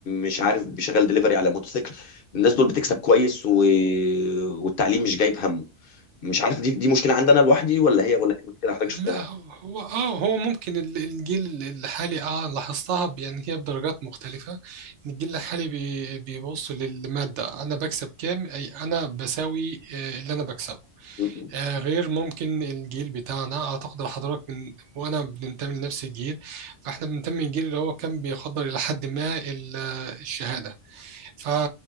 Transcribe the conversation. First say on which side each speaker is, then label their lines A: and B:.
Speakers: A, on the left; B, on the right.
A: مش عارف بيشغل دليفري على موتوسيكل الناس دول بتكسب كويس و... والتعليم مش جايب همه مش عارف دي دي مشكلة عندنا لوحدي ولا هي ولا هي مشكلة حضرتك
B: لا
A: شفتها
B: هو هو- اه هو ممكن ال- الجيل الحالي اه لاحظتها ب- يعني هي بدرجات مختلفة إن الجيل الحالي بي- بيبص للمادة انا بكسب كام اي انا بساوي آه، اللي انا بكسبه
A: م- م.
B: آه، غير ممكن الجيل بتاعنا اعتقد حضرتك من وانا بننتمي لنفس الجيل فاحنا بننتمي للجيل اللي هو كان بيقدر الى حد ما ال- آه، الشهادة ف...